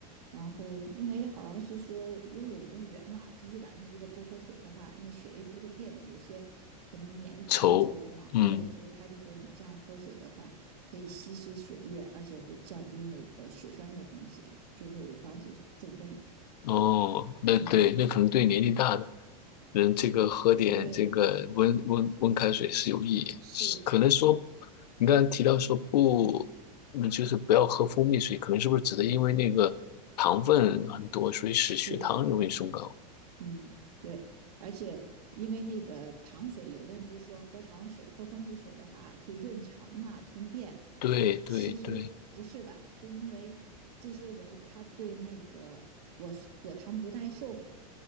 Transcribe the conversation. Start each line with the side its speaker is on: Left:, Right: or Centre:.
Right: 然后因为好像是说，因为我们不是人嘛，这一晚上如果不喝水的话，那个血液就会变得有些可能粘浓稠了嘛。
Left: 稠，嗯，
Right: 对，所以他就说你这样喝水的话，可以稀释血液，而且会降低那个血栓的风险，就会防止中风。
Left: 哦，那对，
Right: 嗯，
Left: 那可能对年纪大的人，这个喝点这个温温温开水是有意义。
Right: 对，是
Left: 是可能说，你刚才提到说不，嗯就是不要喝蜂蜜水，可能是不是指的因为那个糖分很多，
Right: 是的，
Left: 所以使血糖容易升高？
Right: 是的。嗯，对，而且因为那个糖水，有的人不是说喝糖水、喝蜂蜜水的话可以润肠嘛、通便，
Left: 对对对。
Right: 其实不是的，是因为这些人他对那个果果糖不耐受，